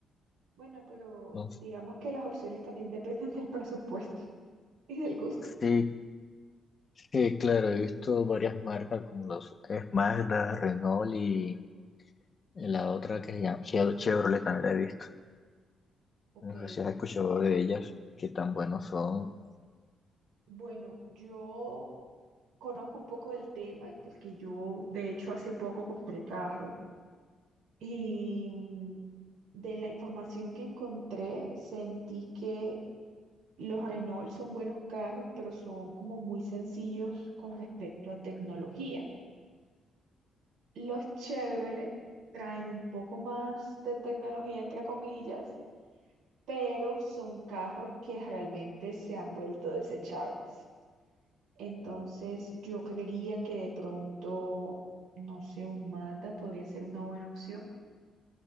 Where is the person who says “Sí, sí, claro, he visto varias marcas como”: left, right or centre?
Left